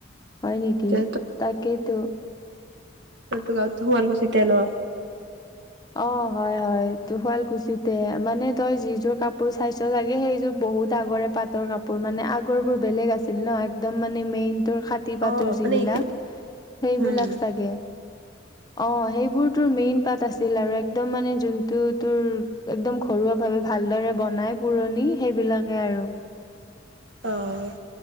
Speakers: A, on the left (about 20°); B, on the right (about 65°).
A: হয় নেকি
B: তে
A: তাকেইতো
B: ক' গাঁৱতো শুৱালকুছিতে নহ
A: অ' হয় হয় তটো শুৱাল কুছিতে মানে তই যিযোৰ কাপোৰ চাইছ চাগে সেইযোৰ বহুত আগৰে পাতৰ কাপোৰ মানে আগৰ বোৰ বেলেগ আছিল ন একদম- মানে মেইন টো হাত তি
B: অ
A: পাতৰ
B: মানে
A: যিবিলাক
B: এতিয়া
A: সেইবিলাক
B: হুম
A: চাগে অ' সেইবোৰ তোৰ মেইন পাত আছে ছিল আৰু একদম মানে যোনটো তোৰ একদম ঘৰুৱা ভাৱে ভালদৰে বনাই পুৰণি সেইবিলাকে আৰু
B: অ'